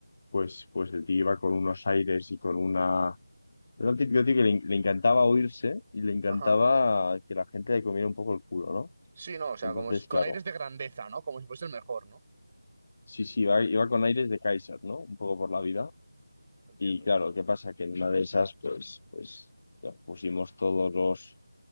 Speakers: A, on the left (about 40°); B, on the right (about 30°).
A: pues, pues el tío iba con unos aires y con una... Era un típico tío que le, le encantaba oírse y le encantaba
B: Ajá,
A: que la gente le comiera un poco el culo, ¿no?
B: Sí, no, o sea,
A: Entonces,
B: como es- con
A: claro.
B: aires de grandeza, ¿no? Como si fuese el mejor, ¿no?
A: Sí, sí, iba, iba con aires de Kaiser, ¿no? Un poco por la vida.
B: entiendo.
A: Y claro, ¿qué pasa? Que en una de esas, pues, pues nos pusimos todos los,